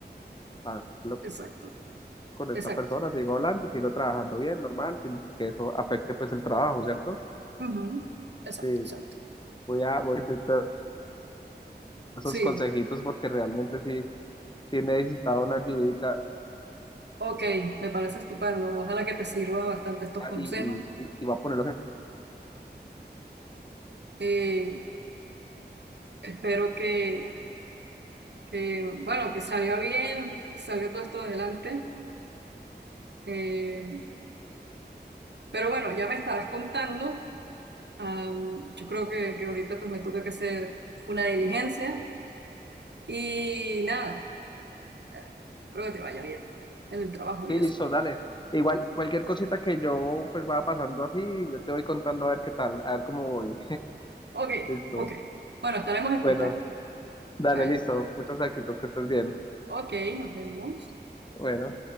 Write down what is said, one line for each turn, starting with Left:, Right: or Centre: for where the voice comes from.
Left: hablo
Right: exacto,
Left: con
Right: exacto,
Left: esta persona, sigo hablando, sigo trabajando bien, normal, sin que eso afecte pues el trabajo, ¿cierto?
Right: ujú, exacto,
Left: Sí,
Right: exacto.
Left: voy a, voy a intentar esos
Right: Sí,
Left: consejitos porque realmente sí, sí necesitaba una ayudita
Right: ok, me parece estupendo. Ojalá que te sirva bastante estos consejos.
Left: y, y, y voy a ponerlos en...
Right: Eh, Espero que, que, bueno, que salga bien, que salga todo esto adelante. Eh, pero bueno, ya me estarás contando. Am, yo creo que, que ahorita pues me toca que hacer una diligencia. Y nada, eh, espero que te vaya bien en el trabajo y
Left: Sí,
Right: eso.
Left: listo, dale. Igual, cualquier cosita que yo pues vaya pasando así, yo te voy contando a ver qué tal, a ver cómo voy.
Right: Ok,
Left: Listo.
Right: ok. Bueno, estaremos en
Left: Bueno,
Right: contacto.
Left: dale,
Right: Bueno,
Left: listo. Muchos éxitos, que estés bien.
Right: ok, nos vemos.
Left: Bueno.